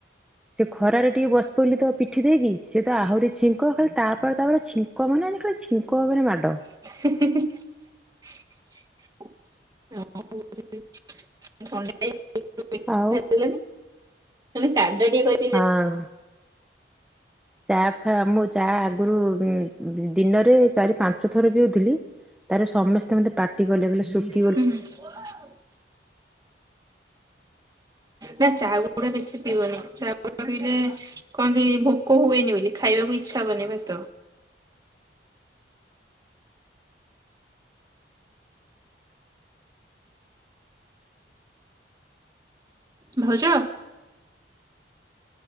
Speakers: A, in the centre; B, on the right.
A: ସେ ଖରାରେ ଟିକେ ବସି ପଡ଼ିଲି ତ ପିଠି ଦେଇକି ସେି ତ ଆହୁରି ଛିଙ୍କ ଖାଲି ତାପରେ ତା ପରେ ଛିଙ୍କ ମାନେ ଖାଲି ଛିଙ୍କ ଉପରେ ମାଡ଼।
B: ହି ହି <unintelligible>
A: ଆଉ
B: <unintelligible>
A: ହଁ। ଚା ଫା ମୁ ଚା ଆଗରୁ ଦିନରେ ଚାରି ପାଞ୍ଚ ଥର ପିଉଥିଲି। ତାରେ ସମସ୍ତେ ମତେ ପାଟି କଲେ, କଲେ ସୁ
B: ହୁଁ। ନା ଚା ଗୁଡା ବେଶୀ ପିଇବନି ଚା ଉଡା ପିଇଲେ କହନ୍ତି ଭୋ କ ହୁଏନି ବୋଲି ଖାଇବାକୁ ଇଚ୍ଛା ହୁଅନି ଭାତ। <inaudible> ଭାଉଜ।